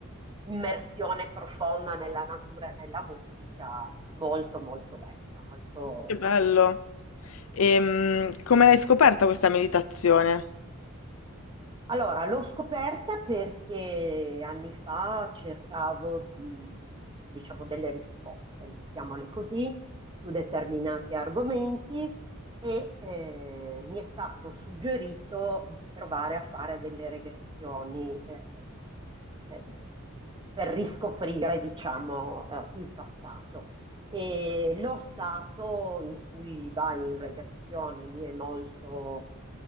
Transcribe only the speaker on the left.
Che bello. E, come l'hai scoperta questa meditazione?